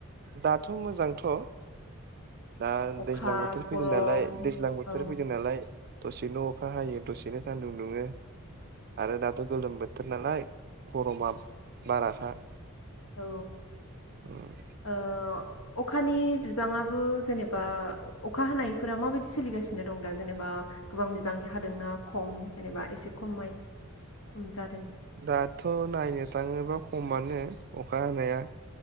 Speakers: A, on the right; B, on the left.
A: दाथ' मोजांथ' दा
B: अखा
A: दैज्लां बोथोर फैदों
B: गरम
A: नालाय दैज्लां बोथोर
B: औ
A: फैदों नालाय दसेनो अखा हायो दसेनो सान्दुं दुङो आरो दाथ' गोलोम बोथोर नालाय गरमा बाराखा
B: औ
A: उम
B: ओ अखानि बिबाङाबो जेनेबा अखा हानायफोरा माबायदि सोलिगासिनो दं दा जेनेबा गोबां बिबांनि हादोंना खम जेनेबा एसे खमै खम जादों
A: दाथ' नायनो थाङोबा खमानो अखा हानाया।